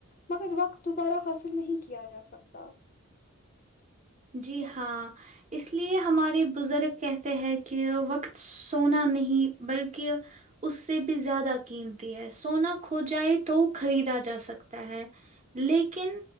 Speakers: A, on the left; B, on the right.
A: مگر وقت دوبارہ حاصل نہیں کیا جا سکتا
B: جی ہاں اس لیے ہمارے بزرگ کہتے ہیں کہ وقت سونا نہیں بلکہ اس سے بھی زیادہ قیمتی ہے سونا کھو جائے تو خریدا جا سکتا ہے لیکن